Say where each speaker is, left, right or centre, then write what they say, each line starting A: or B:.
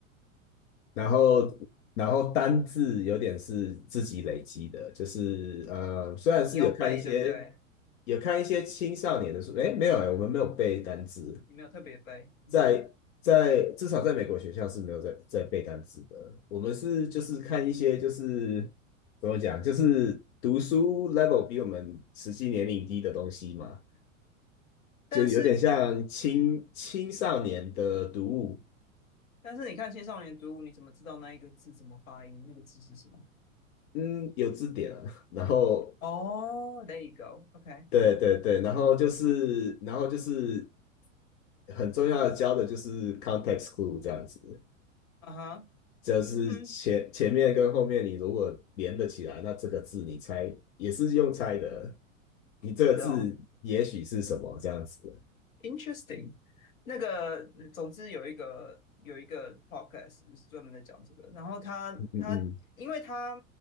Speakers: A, on the left (about 60°); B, on the left (about 80°).
A: 然后然后单字有点是自己累积的，就是呃，虽然是有看一些
B: 你有背对不对？
A: 有看一些青少年的书，诶，没有诶，我们没有背单字，
B: 你没有特别背，嗯哼。
A: 在在至少在美国学校是没有在在背单字的，我们是就是看一些就是怎么讲，就是读书 level 比我们实际年龄低的东西嘛。就有点像青青少年的读物，
B: 但是但是你看青少年读物，你怎么知道那一个字怎么发音？那个字是什么？
A: 嗯，有字典啊，<laughs> 然后
B: 哦 oh,，there you go，OK，okay.
A: 对对对，然后就是然后就是很重要的教的就是 context clue 这样子，
B: 啊哈，
A: 就是前前面跟后面你如果连得起来，
B: 嗯，
A: 那这个字你猜也是用猜的，你这个字也许是什么这样子，
B: 是哦。Interesting，那个，嗯总之有一个有一个 podcast 就是专门在讲这个，然后他他因为他
A: 嗯嗯